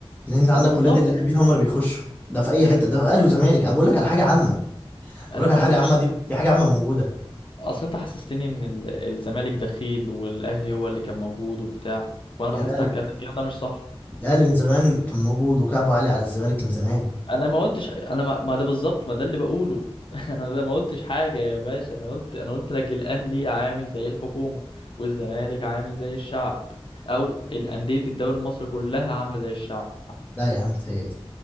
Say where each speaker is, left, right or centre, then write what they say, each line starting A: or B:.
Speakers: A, on the left (about 15°); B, on the left (about 60°).
A: لان انت عندك
B: طب ما بالظبط
A: ولاد اللاعبين هم اللي بيخشوا ده في اي حته ده في اهلي وزمالك انا بقول لك على حاجه عامه
B: انا
A: بقول لك
B: ما
A: على حاجه
B: قلتش
A: عامه دي دي حاجه عامه موجوده
B: اصل انت حسستني ان ال- الزمالك دخيل والاهلي هو اللي كان موجود وبتاع وانا بحثت
A: يا الاهلي
B: على الكلام ده الكلام ده مش صح
A: الاهلي من زمان كان موجود وكعبه عالي على الزمالك من زمان
B: انا ما قلتش انا ما, ما ده بالظبط ما ده اللي بقوله <laughs> انا ده ما قلتش حاجه يا باشا انا قلت انا قلت لك الاهلي عامل زي الحكومه والزمالك عامل زي الشعب او الانديه الدوري المصري كلها عامله زي الشعب
A: لا يا عم متهيألك